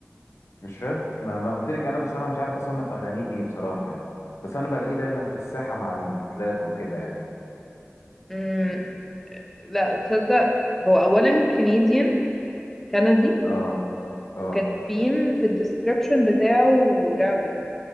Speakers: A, on the left; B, in the centre.
A: مش راب ما, ما قلت لك انا بصراحه مش عارف اصنف اغانيه ايه بصراحه يعني بس انا بلاقيه دايما في الساحه مع الراب وكده يعني
B: مم. لا تصدق هو اولا كنديان كندي
A: اه اه
B: وكاتبين في الديسكربشن بتاعه رابر